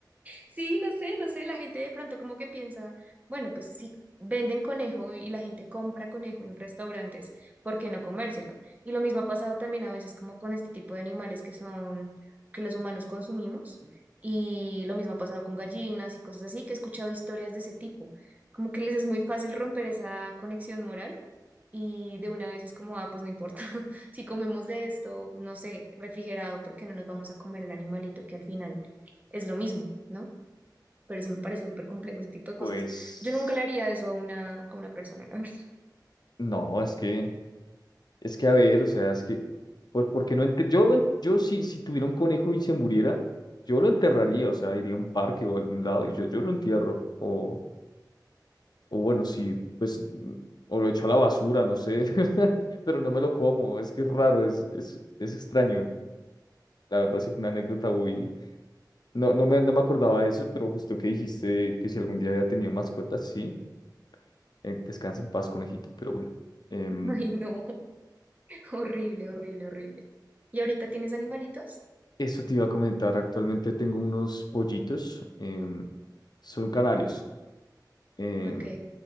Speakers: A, on the right; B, on the left.
A: sí, no sé, no sé, la gente de pronto como que piensa, bueno, pues si venden conejo y la gente compra conejo en restaurantes, ¿por qué no comérselo? Y lo mismo ha pasado también a veces como con este tipo de animales que son, que los humanos consumimos, y lo mismo ha pasado con gallinas y cosas así, que he escuchado historias de ese tipo, como que les es muy fácil romper esa conexión moral y de una vez es como, ah, pues no importa, <laughs> si comemos de esto, no sé, refrigerado, porque no nos vamos a comer el animalito, que al final es lo mismo, ¿no? Pero sí me parece súper complejo ese tipo de cosas.
B: pues
A: Yo nunca le haría eso a una, a una persona, la verdad.
B: no, es que Es que a ver, o sea, es que, pues, porque no enter- yo, en- yo si, si tuviera un conejo y se muriera, yo lo enterraría, o sea, iría a un parque o a algún lado y yo, yo lo entierro. O, o bueno, si, pues, mm, o lo echo a la basura, no sé, <laughs> pero no me lo como, es que es raro, es, es, es extraño. La verdad, sí fue una anécdota muy, no, no me, no me acordaba de eso, pero justo que dijiste que si algún día había tenido mascotas, sí, eh, descansa en paz, conejito, pero bueno. Em,
A: <laughs> Ay, no, <laughs> horrible, horrible, horrible. ¿Y ahorita tienes animalitos?
B: Eso te iba a comentar. Actualmente tengo unos pollitos. em, son canarios. em,
A: Ok,